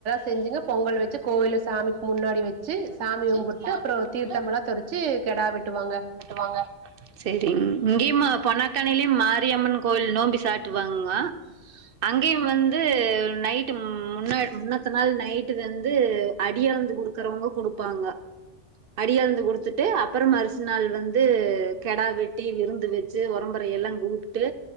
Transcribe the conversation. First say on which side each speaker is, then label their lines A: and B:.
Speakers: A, on the right; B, on the right.
A: செஞ்சுங்க
B: இதெல்லாம்
A: பொங்கல்
B: செஞ்சு
A: வச்சு கோயில
B: பொங்கல் வச்சு
A: சாமிக்கு
B: கோவிலுக்கு
A: முன்னாடி
B: சாமி
A: வ ச்சு
B: கூட்டு வர
A: சாமியும்பிட்டு
B: வச்சு சாமிய
A: அப்புறோ
B: கும்பிட்டு
A: தீர்த்தமெல்லா தொரிச்சு கெடா வெட்டுவாங்க
B: வாங்க சரிங்க இங்கேயும்மா பொனக்காணிலயும் மாரியம்மன் கோயில் நோம்பி சாட்டுவாங்க அங்கையும் வந்து நைட்டு முன்ன முன்னத்த நாள் நைட்டு வந்து அடியலந்து குடுக்குறவுங்க குடுப்பாங்க அடியழுந்து கொடுத்துட்டு அப்பறம் அரிசு நாள் வந்து கெடா வெட்டி விருந்து வச் ச்சு ஒரம்புறை எல்லா கூப்ட்டு